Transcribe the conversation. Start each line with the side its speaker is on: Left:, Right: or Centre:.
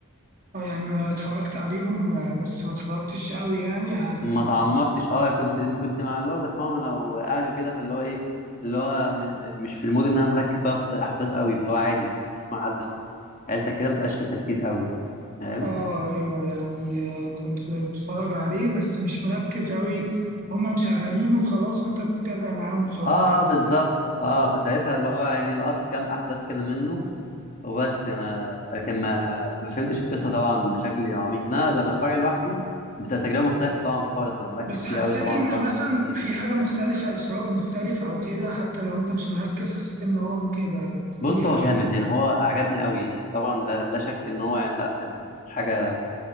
Right: آه، يعني ما اتفرجت عليهم آه، بس ما اتفرجتش قوي يعني
Left: ما تعمقتش اه كنت ما كنت مع اللي هو بسمعهم انا واهلي وكده فاللي هو ايه اللي هو م... م- مش في المود ان انا مركز بقى في احداث قوي اللي هو عادي تسمع حد مع عيلتك كده ما تبقاش في تركيز قوي فاهم
Right: اه ايوه يعني آه، كنت بتفرج عليه بس مش مركز قوي هما مشغلينه وخلاص وانت بتتابع معاهم وخلاص
Left: اه,
Right: يعني
Left: آه بالظبط اه فساعتها اللي هو يعني لقطت كام احداث كده منه وبس ما لكن ما ما فهمتش القصه طبعا بشكل عميق انا لما اتفرج لوحدي بتبقى تجربه مختلفه طبعا خالص انا مركز
Right: بس حسيت
Left: فيه قوي طبعا
Right: ان
Left: وبفهم
Right: مثلا
Left: التفاصيل
Right: في حاجة مختلفة اخراج مختلف او كده حتى لو انت مش مركز حسيت ان هو ممكن يبقى في
Left: بص
Right: حاجة
Left: هو جامد يعني هو عجبني قوي يعني طبعا لا, لا شك ان هو يعني لا كان حاجه